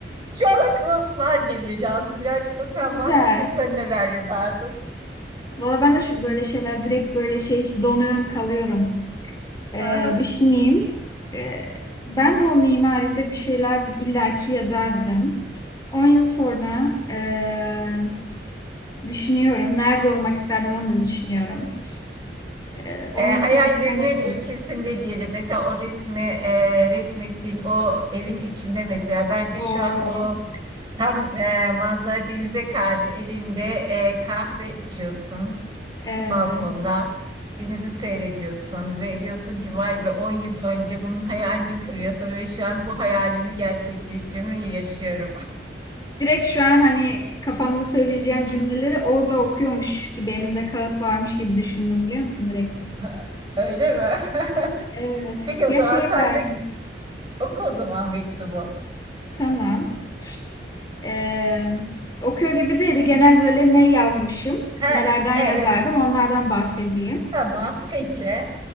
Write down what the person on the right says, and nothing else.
Şu an aklıma bunlar geliyor Cansu. Birazcık da sen
bahsetsen sen neler yazardın?
<laughs>
E,
hayallerinin
ülkesinde diyelim. Mesela o resmi e, resmettiğin o evin içinde mesela bence
şu an o Tam e, manzara denize karşı elinde e, kahve içiyorsun
balkonda. Denizi seyrediyorsun ve diyorsun ki vay be 10 yıl önce bunun hayalini kuruyordum ve şu an bu hayalimi gerçekleştirmeyi yaşıyorum.
<laughs> Öyle mi?
<laughs> Peki
o zaman
sen
de oku o zaman mektubu.
He,
evet
tamam peki.